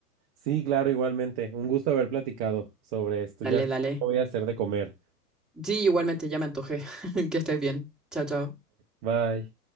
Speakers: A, on the right; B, in the centre.
A: sí, claro, igualmente. Un gusto haber platicado sobre esto.
B: Dale,
A: Ya sé
B: dale.
A: qué voy a hacer de comer.
B: Sí, igualmente, ya me antojé. <laughs> Que estés bien. Chao, chao.
A: Bye.